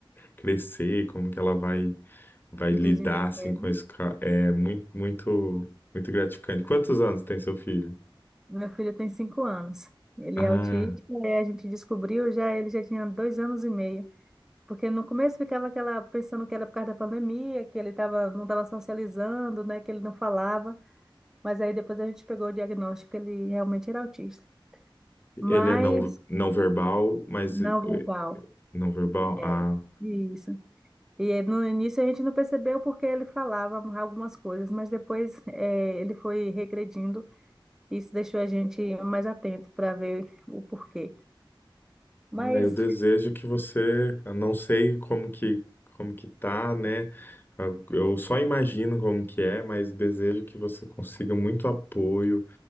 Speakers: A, on the left (about 25°); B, in the centre.
A: crescer, como que ela vai, vai
B: Se
A: lidar
B: desenvolver.
A: assim com
B: né?
A: isso. ca- É muito, muito, muito gratificante. Quantos anos tem seu filho?
B: Meu filho tem cinco anos. Ele
A: Ah,
B: é autista, e a gente descobriu já, ele já tinha dois anos e meio. Porque no começo ficava aquela pensando que era por causa da pandemia, que ele tava, não estava socializando, né, que ele não falava, mas aí depois a gente pegou o diagnóstico que ele realmente era autista. Mas
A: ele é não, não verbal, mas
B: não
A: eh,
B: verbal.
A: não verbal.
B: É,
A: Ah.
B: Isso. E no início a gente não percebeu porque ele falava algumas coisas, mas depois eh, ele foi regredindo e isso deixou a gente mais atento para ver o porquê. Mas,
A: Ah, eu desejo que você, eu não sei como que como que tá, né? Eu eu só imagino como que é, mas desejo que você consiga muito apoio,